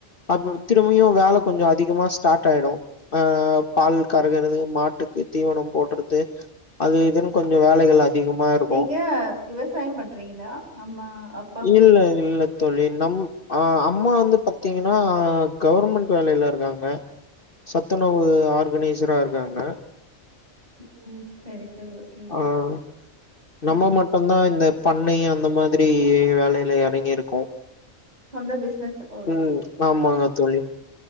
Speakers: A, on the left (about 40°); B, on the right (about 30°).
A: அ திரும்பியும் வேலை கொஞ்சம் அதிகமா ஸ்டார்ட் ஆயிடும் அஹ் பால் கருகறது மாட்டுக்கு தீவனம் போடுறது அதுஇதுன்னு கொஞ்சம் வேலைகள் அதிகமா இருக்கு
B: நீங்க விவசாயம் பண்றீங்களா அம்மா அப்
A: இல்ல இல்ல தோழி நம் அஹ் அம்மா வந்து பாத்தீங்கன்னா கவர்மெண்ட் வேலையில இருக்காங்க சத்துணவு ஆர்கனைசரா இருக்காங்க
B: உம் சரி சரி. ஓகே.
A: ஆஹ்
B: சரிங்க.
A: நம்ம மட்டும்தான் இந்த பண்ணை அந்த மாதிரி வேலையில எறங்கிருக்கோம்
B: சொந்த பிசினஸ். ஓகே.
A: உம் ஆமாங்க தோழி